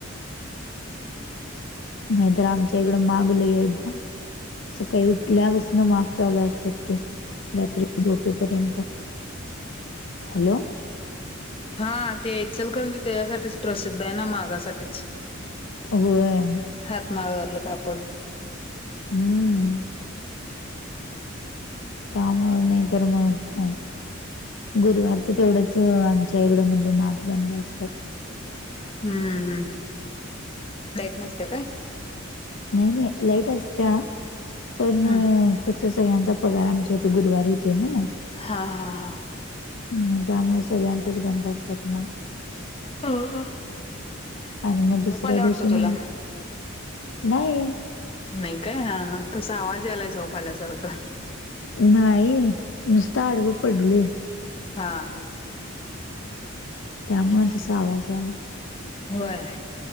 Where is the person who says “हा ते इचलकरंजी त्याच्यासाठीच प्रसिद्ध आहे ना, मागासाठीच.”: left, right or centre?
Left